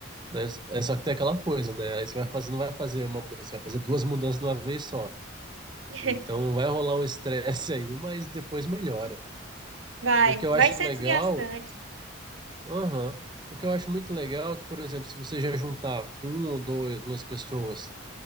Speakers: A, on the right; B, on the right.
A: né? É só que tem aquela coisa, né? Aí você vai fazer, não vai fazer uma mudança, vai fazer duas mudanças de uma vez só.
B: <laughs>
A: Então vai rolar um estresse <laughs> aí, mas depois melhora.
B: Vai,
A: O que eu
B: vai
A: acho
B: ser
A: legal,
B: desgastante.
A: aham. O que eu acho muito legal é que, por exemplo, se você já juntar com um ou dois, duas pessoas